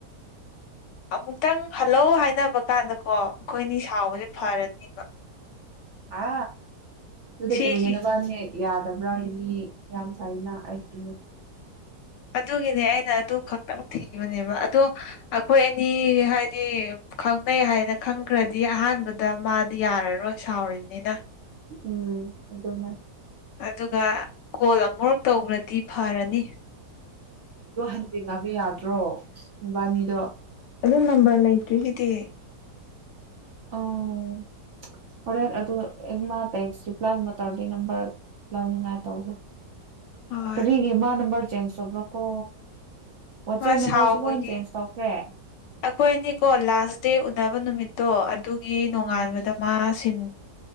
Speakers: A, on the left; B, on the right.
A: ꯑꯃꯨꯛꯇꯪ ꯍꯜꯂꯧ ꯍꯥꯏꯅꯕ ꯀꯥꯟꯗꯀꯣ ꯑꯩꯈꯣꯏ ꯑꯅꯤ ꯁꯥꯎꯕꯁꯦ ꯐꯔꯅꯦꯕ
B: ꯑ ꯁꯤꯗꯤ
A: ꯁꯤꯒꯤ
B: ꯀꯔꯤꯅ ꯋꯥꯅꯤꯦ ꯌꯥꯗꯕ꯭ꯔꯥꯒꯤ ꯃꯤ ꯌꯥꯝꯌꯥꯝ ꯀꯥꯏꯅ ꯑꯩ ꯏꯅꯨ
A: ꯑꯗꯨꯒꯤꯅꯦ ꯑꯩꯅ ꯑꯗꯨ ꯈꯛꯇꯪ ꯊꯤꯕꯅꯦꯕ ꯑꯗꯣ ꯑꯩꯈꯣꯏ ꯑꯅꯤ ꯍꯥꯏꯗꯤ ꯈꯪꯅꯩ ꯍꯥꯏꯅ ꯈꯪꯈ꯭ꯔꯗꯤ ꯑꯍꯥꯟꯕꯗ ꯃꯥꯗꯤ ꯌꯥꯔꯔꯣꯏ ꯁꯥꯎꯔꯤꯅꯤꯅ
B: ꯎꯝ ꯑꯗꯨꯗꯅ
A: ꯑꯗꯨꯒ ꯀꯣꯜ ꯑꯃꯔꯛ ꯇꯧꯕ꯭ꯔꯗꯤ ꯐꯔꯅꯤ
B: ꯑꯗꯣ ꯍꯟꯖꯤꯟꯅꯉꯕ ꯌꯥꯗ꯭ꯔꯣ ꯅꯨꯕꯥꯅꯤꯗꯣ
A: ꯑꯗꯨ ꯅꯝꯕꯔ ꯂꯩꯇ꯭ꯔꯤꯒꯤꯗꯤ
B: ꯑꯣ ꯍꯣꯔꯦꯟ ꯑꯗꯨ ꯑꯦꯃꯥ ꯇꯦꯛꯁ ꯔꯤꯄ꯭ꯂꯥꯏꯒꯨꯝꯕ ꯇꯧꯔꯗꯤ ꯅꯝꯕꯔ ꯂꯧꯅꯤꯡꯉꯥꯏ ꯇꯧꯒꯦ
A: ꯍꯣꯏ
B: ꯀꯔꯤꯒꯤ ꯃꯥ ꯅꯝꯕꯔ ꯆꯦꯟꯖ ꯇꯧꯕ꯭ꯔꯣ ꯀꯣ ꯋꯥꯆꯦꯞ
A: ꯃꯥ
B: ꯅꯝꯕꯔꯁꯨ
A: ꯁꯥꯎꯕꯒꯤ
B: ꯂꯣꯏ ꯆꯦꯟꯖ ꯇꯧꯈ꯭ꯔꯦ
A: ꯑꯩꯈꯣꯏꯅꯤꯀꯣ ꯂꯥꯁ ꯗꯦ ꯎꯅꯕ ꯅꯨꯃꯤꯠꯇꯣ ꯑꯗꯨꯒꯤ ꯅꯣꯡꯉꯥꯟꯕꯗ
B: ꯎꯝ
A: ꯃꯥ ꯁꯤꯝ